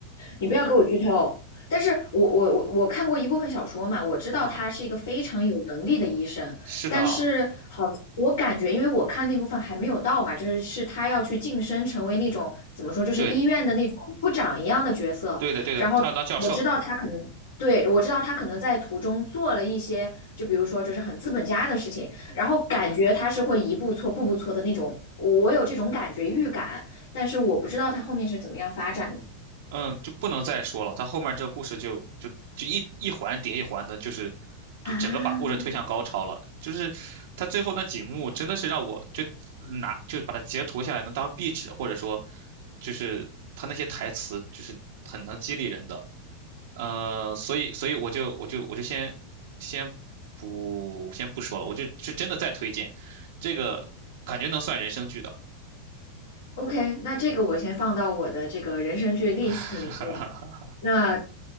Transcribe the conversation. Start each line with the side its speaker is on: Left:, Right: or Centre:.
Left: 你不要给我剧透。但是我我我我看过一部分小说嘛，我知道他是一个非常有能力的医生，
Right: 啊，是的，
Left: 但是好，我感觉因为我看那部分还没有到嘛，就是是他要去晋升成为那种怎么说，就是医院的那种部长一样的角色，
Right: 对，对的，对的，
Left: 然后我知道他可能。
Right: 他要当教授。
Left: 对，我知道他可能在途中做了一些，就比如说就是很资本家的事情，然后感觉他是会一步错步步错的那种，我有这种感觉预感，但是我不知道他后面是怎么样发展的
Right: 嗯，就不能再说了。他后面这个故事就就就一一环叠一环的，就是就整个把故事推向高潮了。
Left: 啊。
Right: 就是他最后那几幕真的是让我就拿就把它截图下来能当壁纸，或者说就是他那些台词就是很能激励人的。呃，所以所以我就我就我就先先不先不说了，我就就真的再推荐这个，感觉能算人生剧的。
Left: OK，那这个我先放到我的这个人生剧 list
Right: <laughs>
Left: 里面。那，